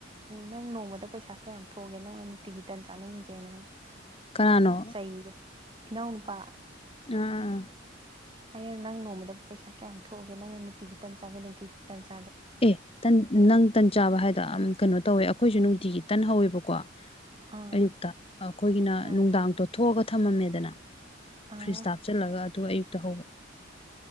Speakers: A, on the right; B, on the left.
A: ꯅꯪ ꯅꯣꯡꯃꯗ ꯄꯩꯁꯥ ꯀꯌꯥꯝ ꯊꯣꯛꯒꯦ ꯅꯪꯅ ꯅꯨꯡꯇꯤꯒꯤ ꯇꯟ ꯆꯥꯅꯤꯡꯉꯤꯁꯦ ꯅꯅ
B: ꯀꯅꯥꯅꯣ
A: ꯑꯩꯅ ꯆꯩꯔꯦ ꯏꯅꯥꯎꯅ ꯅꯨꯄꯥ
B: ꯑꯥ
A: ꯍꯥꯏꯌꯦꯡ ꯅꯪ ꯅꯣꯡꯃꯗ ꯄꯩꯁꯥ ꯀꯌꯥ ꯊꯣꯛꯑꯒꯦ ꯅꯪꯅ ꯅꯨꯡꯇꯤ ꯈꯤꯇ ꯆꯥꯒꯦ ꯅꯨꯡꯤꯒꯤ ꯈꯤꯇ ꯆꯦ
B: ꯑꯦ ꯇꯟ ꯅꯪ ꯇꯟ ꯆꯥꯕ ꯍꯥꯏꯗꯣ ꯀꯩꯅꯣ ꯇꯧꯋꯦ ꯑꯩꯈꯣꯏꯁꯨ ꯅꯨꯡꯇꯤꯒꯤ ꯇꯟꯍꯧꯋꯦꯕꯀꯣ
A: ꯑꯥ
B: ꯑꯌꯨꯛꯇ ꯑꯩꯈꯣꯏꯒꯤꯅ
A: ꯎꯝ
B: ꯅꯨꯡꯗꯥꯡ ꯇꯣꯊꯣꯛꯑꯒ ꯊꯝꯃꯝꯃꯦꯗꯅ
A: ꯑꯥ
B: ꯐ꯭ꯔꯤꯖꯇ ꯍꯥꯞꯆꯜꯂꯒ ꯑꯗꯨ ꯑꯌꯨꯛꯇ ꯍꯧꯕ